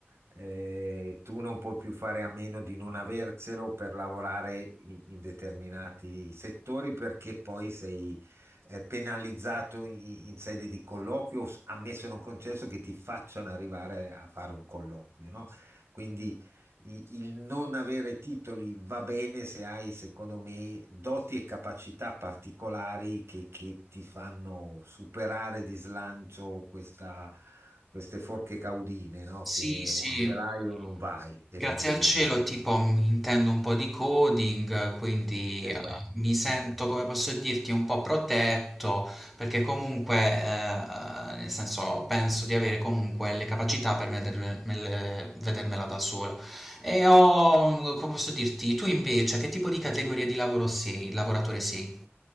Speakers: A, on the right (about 75°); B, in the centre.
A: eh, tu non puoi più fare a meno di non avercelo per lavorare i- in, determinati settori perché poi sei, eh, penalizzato i- in, sede di colloquio, s- ammesso e non concesso che ti facciano arrivare a fare un colloquio, no? Quindi i- Il non avere titoli va bene se hai, secondo me, doti e capacità particolari che, che ti fanno superare di slancio questa- queste forche caudine, no? Che
B: Sì, sì.
A: o ce l'hai o non vai. Eh,
B: Grazie al cielo, tipo, mi intendo un po' di coding, quindi
A: esatto.
B: eh, mi sento,
A: eh.
B: come posso dirti, un po' protetto, perché comunque, eh, nel senso, penso di avere comunque le capacità per vedermele- vedermela da sola. E ho, come posso dirti, tu invece, che tipo di categoria di lavoro sei, lavoratore sei?